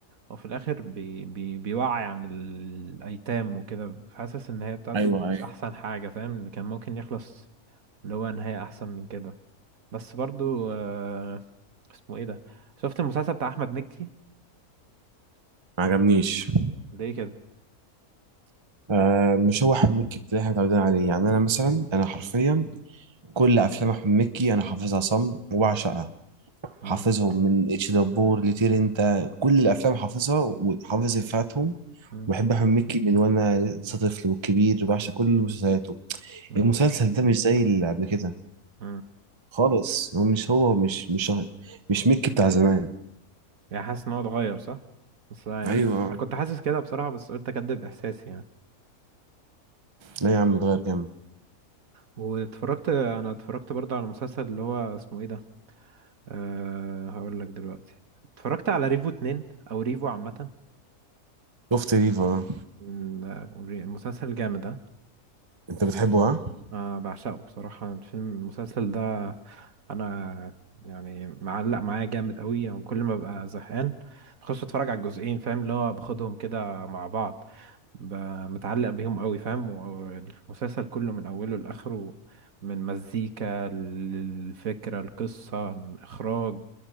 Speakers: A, on the right; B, on the right.
A: هو في الاخر بي بي بيوعي عن ال- الايتام وكده حاسس ان النهايه بتاعته
B: ايوه ايوه
A: مش احسن حاجه فاهم كان ممكن يخلص اللي هو نهايه احسن من كده بس برضو آه اسمه ايه ده شفت المسلسل بتاع احمد مكي
B: ما عجبنيش
A: ليه كده
B: آه مش هو أحمد مكي اللي احنا متعودين عليه يعني أنا مثلا أنا حرفيا
A: مم.
B: كل أفلام أحمد مكي أنا حافظها صم وبعشقها
A: مم.
B: حافظهم من اتش دبور لطير انت كل الأفلام حافظها وحافظ إفيهاتهم
A: مم.
B: بحب أحمد مكي من وأنا لسه طفل والكبير بعشق كل مسلسلاته
A: مم.
B: المسلسل ده مش زي اللي قبل كده
A: مم.
B: خالص هو مش هو مش مش مش ميكي بتاع زمان
A: يعني حاسس ان هو اتغير صح بس يعني
B: ايوه
A: انا كنت حاسس كده بصراحه بس قلت اكدب احساسي يعني
B: لا يا عم اتغير جامد
A: واتفرجت انا اتفرجت برضه على المسلسل اللي هو اسمه ايه ده أه هقول لك دلوقتي اتفرجت على ريفو 2 او ريفو عامه
B: شفت ريفو اه
A: من- آه، المسلسل الجامد ده
B: انت بتحبه ها
A: أه بعشقه بصراحة الفيلم المسلسل ده أنا يعني معلق معايا جامد قوي يعني كل ما ببقى زهقان بخش أتفرج على الجزئين فاهم اللي هو باخدهم كده مع بعض ب- متعلق بيهم قوي فاهم والمسلسل كله من أوله لآخره من مزيكا للفكرة القصة الإخراج